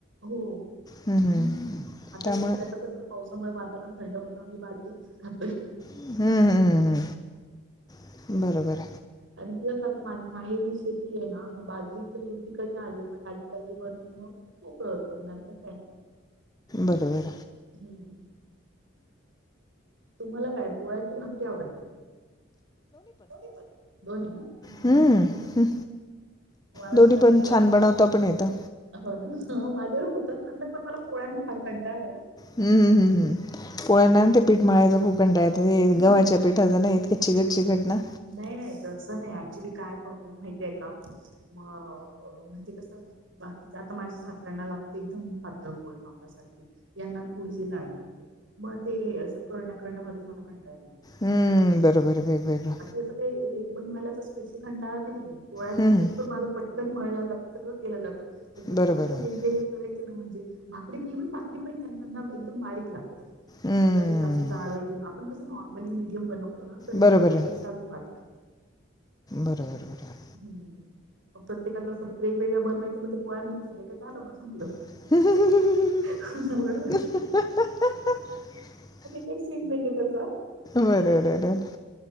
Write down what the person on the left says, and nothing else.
हं, हं.
त्यामुळे
हं, हं, हं, हं. बरोबर
बरोबर
हं, हं.
दोन्ही
पण
बनवता
पण येतं.
हम्म हम्म हम्म हम्म पोळ्यान ते पीठ माळायचा खूप कंडा येत गव्हाच्या
पीठाचा नाही कच्ची कच्ची
घटना
हम्म बरोबर वेगवेेग
हं, हं.
बरोबर, बरोबर.
हं.
बरोबर
आहे.
बरोबर बरोबर
ह ह ह ह
ह हम हा हा हा हा.
बर र र र